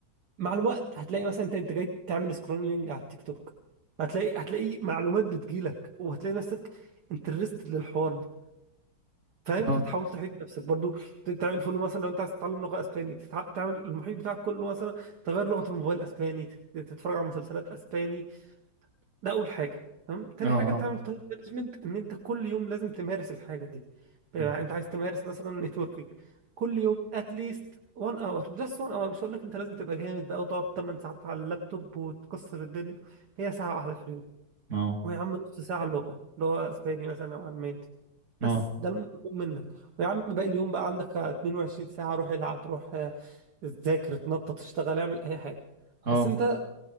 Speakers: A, on the right; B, on the right.
A: مع الوقت هتلاقي مثلا انت انت جاي تعمل سكرولينج على التيك توك هتلاقي هتلاقي معلومات بتجيلك وهتلاقي نفسك انترستد للحوار ده فاهم
B: اه
A: فتحاول تحيط نفسك برضو ت- تعمل فولو مثلا لو انت عايز تتعلم لغه اسباني تتع- تعمل المحيط بتاعك كله مثلا تغير لغه الموبايل اسباني تت- تتفرج على مسلسلات اسباني ده اول حاجه تمام تاني
B: اه
A: حاجه
B: اه
A: تعمل تايم مانجمنت ان انت كل يوم لازم تمارس الحاجه دي بقى
B: مم.
A: انت عايز تمارس مثلا نتوركينج كل يوم اتليست 1 اور جاست 1 اور مش هقول لك انت لازم تبقى جامد بقى وتقعد 8 ساعات على اللابتوب وتكسر الدنيا هي ساعه واحده في اليوم
B: اه
A: ويا عم نص ساعه اللغه اللي هو اسباني مثلا او الماني بس
B: اه
A: ده المطلوب منك ويا عم باقي اليوم بقى عندك 22 ساعه روح العب روح آه، ذاكر اتنطط اشتغل اعمل اي حاجه
B: اه
A: بس انت